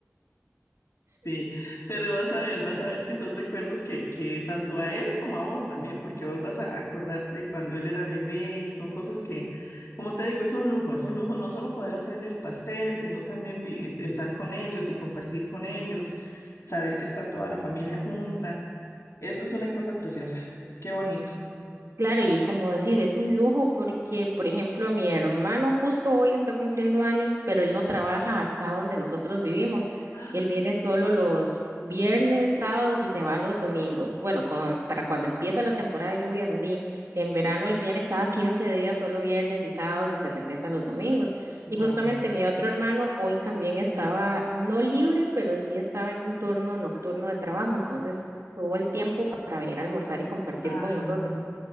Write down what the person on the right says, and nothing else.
Claro, y como decís, es un lujo porque, por ejemplo, mi hermano justo hoy está cumpliendo años, pero él no trabaja acá donde nosotros vivimos.
Él viene solo los viernes, sábados y se va los domingos. Bueno, con- para cuando empieza la temporada de lluvias, así. En verano él viene cada 15 días, solo viernes y sábados y se regresa los domingos.
Y justamente mi otro hermano hoy también estaba, no libre, pero sí estaba en un turno nocturno de trabajo, entonces tuvo el tiempo pa- para venir a almorzar y compartir
con nosotros.